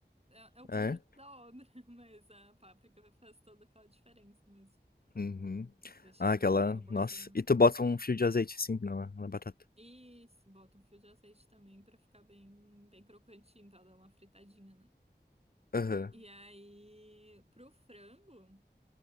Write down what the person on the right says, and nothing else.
É, é o conjunto
da obra, <laughs> mas a páprica faz toda aquela diferença mesmo.
Deixa
um saborzinho.
Isso, bota um fio de azeite também pra ficar bem, bem crocantinho, pra dar uma fritadinha, né?
E aí, pro frango,